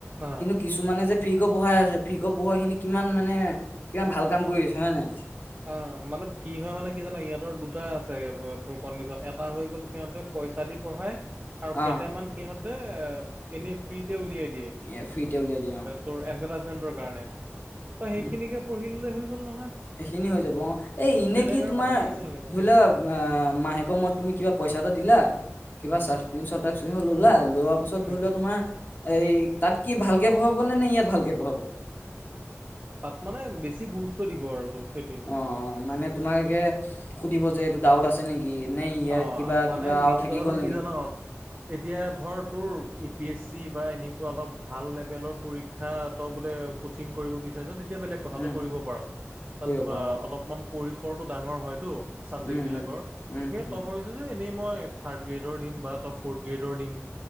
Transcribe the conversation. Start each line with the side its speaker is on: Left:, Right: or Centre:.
Right: অ'
Left: কিন্তু কিছুমানে যে ফ্ৰী ফিক পঢ়াই আছে ফিক পঢ়াই খিনি কিমান মানে কিমান ভাল কাম কৰি আছে হয় নে জানা নে
Right: অ, মানে ফ্ৰী হয় মানে কি জানা ইহতৰ দুটা আছে তোৰ কণ্ডিশন এটা হৈ গ'ল সিহতে পইচা দি পঢ়ায় আৰু
Left: অ',
Right: কেইটামান সিহতে এনেই ফ্ৰীতে উলিয়াই দিৱ। দিয়ে অ,
Left: এ ফ্ৰীতে উলিয়াই দিয়ে অ',
Right: তোৰ এভেটাইচ নিদিয়ে কাৰনে? তই সেইখিনিকে
Left: উম,
Right: পঢ়িললে হৈ গ'ল নহয়।
Left: এইখিনি হৈ যাব অ, এ এনে
Right: বেলেগ
Left: কি
Right: আৰু
Left: তোমাৰ
Right: মাথা মাৰিবই নালাগে
Left: ধৰি লোৱা আহ মাহেকৰ মৰত তুমি কিবা পইচাটা দিলা কিবা
Right: উম,
Left: ছাপচক্ৰিপচন টাপছক্ৰিপচন ললা লোৱাৰ পাছত
Right: উম।
Left: ধৰি লোৱা তোমাৰ এই তাত কি ভালকে পঢ়াব নে - নে ইয়াত ভালকে পঢ়াব?
Right: তাত মানে বেছি গুৰুত্ব দিব আৰু তোক। সেইটোৱে
Left: অ - অ মানে তোমাকোকে সুধিব যে এইটো ডাউট আছে নেকি। নে ইয়াৰ
Right: অ,
Left: কিবা
Right: মানে
Left: কিবা
Right: মেইন
Left: আৰু থাকি
Right: কথাটো
Left: গ'ল
Right: কি
Left: নেকি
Right: জান এতিয়া ধৰ তোৰ এ পি এছ চি বা এনেকুৱা অলপ ভাল লেভেলৰ পৰীক্ষা ত বোলে ক'চিং কৰিব বিচাৰিছ? তেতিয়া বেলেগ কথাতটো
Left: উম
Right: কৰিব পাৰ তাত
Left: কৰিব পাৰো অ
Right: অলপমান পৰিসৰটো ডাঙৰ হয়তো? চাবজেক্ট
Left: উম
Right: বিলাকৰ
Left: উম
Right: কিন্তু
Left: উম উম
Right: তই ভাবিছো যে এনেই। মই থাৰ্ড গ্ৰেডৰ দিম বা ত ফৰ্থ গ্ৰেডৰ দিম।